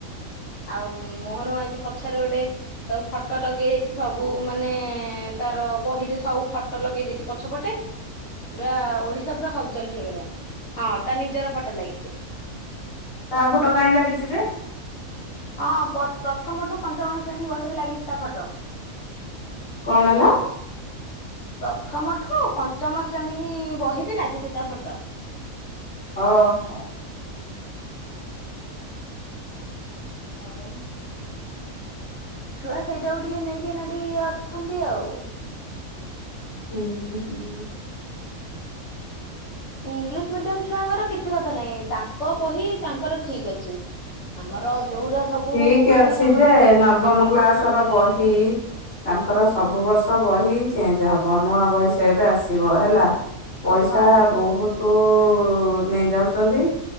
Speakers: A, on the left; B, on the left.
A: ଆଉ ମୋହନ ମାଝୀ ପଛରେ ଗୋଟେ ସବୁ ଫଟୋ ଲଗେଇ ଦେଇଛି ସବୁ ମାନେ ତାର ବହିରେ ସବୁ ଫଟୋ ଲଗେଇ ଦେଇଛି ପଛପଟେ
B: ହଁ।
A: ପୁରା ଓଡିଶା ପୁରା ହଲଚଲ ହେଇଗଲାଣି ହଁ ତା ନିଜର ଫଟୋ ଲାଗିଛି
B: ତା ଫଟୋ କାହିଁ ଲାଗିଛି ଯେ
A: ହଁ ପ୍ରଥମ ଟୁ ପଞ୍ଚମ ଶ୍ରେଣୀ ବହିରେ ଲାଗିଛି ତା ଫଟୋ
B: କଁଣ ହେଲା?
A: ପ୍ରଥମଠୁ ପଞ୍ଚମ ଶ୍ରେଣୀ ବହିରେ ଲାଗିଛି। ତା ଫଟୋ
B: ଓ ହୋ। <inaudible>
A: ଛୁଆ ସେଇଟାକୁ ଟିକେ ନେଇକିନା ଟିକେ ଇଏ ଅଛନ୍ତି ଆଉ।
B: ହୁଁ ହୁଁ।
A: ଇଂଲିଶ ମିଡିୟମ ଛୁଆଙ୍କର କିଛି କଥା ନହିଁ ତାଙ୍କ ବହି ତାଙ୍କର ଠିକ ଅଛି। ଆମର ଯୋଉରା ସବୁ
B: ଠିକ
A: ମାନେ
B: ଅଛି
A: ଆମର
B: ଯେ ନବମ କ୍ଳାସ ର ବହି ତାଙ୍କର ସବୁ ବର୍ଷ ବହି ଚେଞ୍ଜ ହବ ନୂଆ ବହି ସେଇଟ ଆସିବ ହେଲା।
A: ହଁ
B: ପଇସା
A: ହଁ
B: ବହୁତୁ <inaudible> ନେଇ ଯାଉଛନ୍ତି